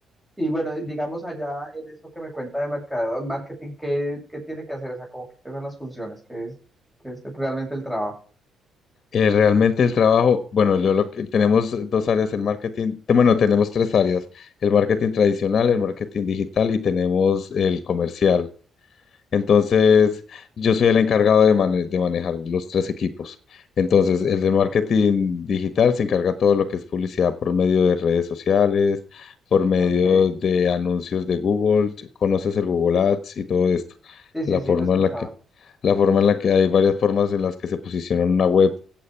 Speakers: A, in the centre; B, on the left.
A: Y bueno, digamos allá en eso que me cuenta de mercadeo, marketing, ¿qué, qué tiene que hacer? O sea, como que, qué son las funciones, qué es, qué es realmente el trabajo.
B: Eh, realmente el trabajo, bueno, yo lo que tenemos dos áreas en marketing, te- bueno, tenemos tres áreas, el marketing tradicional, el marketing digital y tenemos el comercial. Entonces, yo soy el encargado de, mane- de manejar los tres equipos. Entonces, el de marketing digital se encarga todo lo que es publicidad por medio de redes sociales, por medio
A: Ok.
B: de anuncios de Google. Conoces el Google Ads y todo esto.
A: Sí, sí,
B: La
A: sí,
B: forma
A: lo he escuchado.
B: en la que, la forma en la que hay varias formas en las que se posiciona una web,